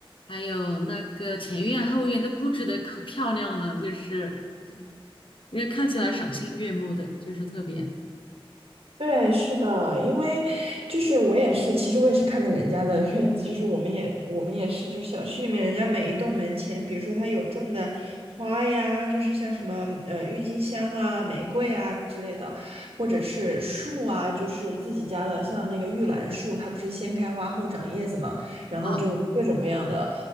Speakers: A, on the left; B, on the right.
A: 还有那个前院后院都布置的可漂亮了，就是人家看起来赏心悦目的，就是特别
B: 对，是的，因为就是我也是，其实我也是看的人家的 <laughs> 院子，就是我们也我们也是，就是小区里面人家每一栋门前，比如说他有种的花呀，就是像什么呃郁金香啊、玫瑰啊之类的，或者是树啊，就是自己家的，像那个玉兰树，它不是先开花后长叶子嘛，然后就各种各样的
A: 啊，